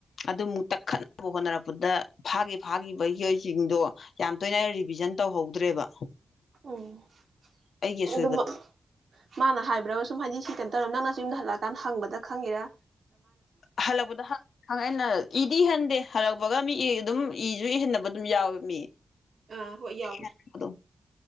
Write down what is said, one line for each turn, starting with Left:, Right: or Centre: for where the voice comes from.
Left: ꯑꯗꯨ ꯈꯠꯅꯕ ꯍꯣꯠꯅꯔꯛꯄꯗ ꯐꯥꯒꯤ ꯐꯥꯈꯤꯕ ꯃꯤꯑꯣꯏꯁꯤꯡꯗꯣ ꯌꯥꯝ ꯇꯣꯏꯅ ꯔꯤꯚꯤꯖꯟ ꯇꯧꯍꯧꯗ꯭ꯔꯦꯕ
Right: ꯎꯝ
Left: ꯑꯩꯒꯤ
Right: ꯑꯗꯨꯝ
Left: ꯑꯁꯣꯏꯕ
Right: ꯃꯥꯅ ꯍꯥꯏꯕ꯭ꯔꯒ ꯁꯨꯝ ꯍꯥꯏꯗꯤ ꯀꯩꯅꯣ ꯇꯧꯔꯣ ꯅꯪꯅꯁꯨ ꯌꯨꯝꯗ ꯍꯜꯂꯛꯑꯀꯥꯟ ꯍꯪꯕꯗ ꯈꯪꯦꯔꯥ
Left: ꯍꯜꯂꯛꯄꯗꯪꯥꯏꯅ ꯏꯍꯟꯗꯦ ꯍꯜꯂꯛꯄꯒ ꯃꯤ ꯑꯗꯨꯝ ꯏꯁꯨ ꯏꯍꯟꯅꯕ ꯑꯗꯨꯝ ꯌꯥꯎꯋꯦ ꯃꯤ
Right: ꯑꯥ ꯍꯣꯏ ꯌꯥꯎꯋꯦ
Left: ꯍ ꯑ